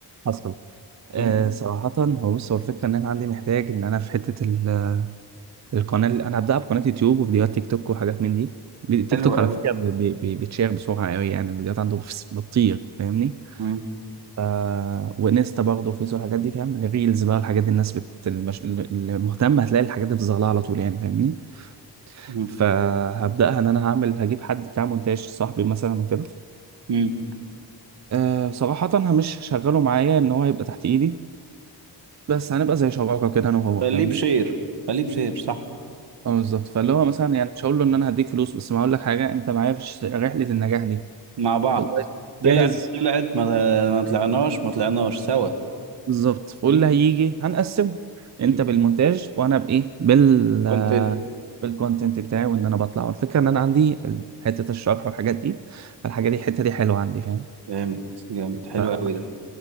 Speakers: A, on the right; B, on the right.
A: حصل أه
B: مم.
A: صراحة هو بص هو الفكرة إن أنا عندي محتاج إن أنا في حتة ال- القناة اللي أنا هبدأها بقناة يوتيوب وفيديوهات تيك توك وحاجات من دي فيديو- تيك
B: حلو
A: توك
B: قوي
A: على فكرة بي- بي- بي- بتشير بسرعة قوي يعني الفيديوهات عنده بس- بتطير فاهمني
B: مم.
A: آه وانستا برضه فيس والحاجات دي فاهم الريلز بقى والحاجات دي الناس بت... المش... اللي مهتم هتلاقي الحاجات دي في ظهرها على طول يعني فاهمني
B: مم.
A: فهبداها ان انا هعمل هجيب حد بتاع مونتاج صاحبي مثلا وكده
B: مم.
A: آه صراحه أنا مش هشغله معايا ان هو يبقى تحت ايدي بس هنبقى زي شراكه كده انا وهو
B: خليه
A: فاهمني
B: بشير خليه بشير صح
A: اه بالظبط فاللي
B: مم.
A: هو مثلا يعني مش هقول له ان انا هديك فلوس بس ما هقول لك حاجه انت معايا في الش- رحله النجاح دي
B: مع بعض
A: والله جاهز
B: طلع طلعت ما, ما طلعناش ما طلعناش سوا
A: بالظبط فاللي
B: مم.
A: هيجي هنقسمه انت
B: مم.
A: بالمونتاج وانا بايه بال
B: كونتنت
A: بالكونتنت بتاعي وان انا بطلع والفكره ان انا عندي حته الشرح والحاجات دي الحاجه دي الحته دي حلوه عندي فاهم
B: جامد جامد حلو
A: ف-
B: قوي ده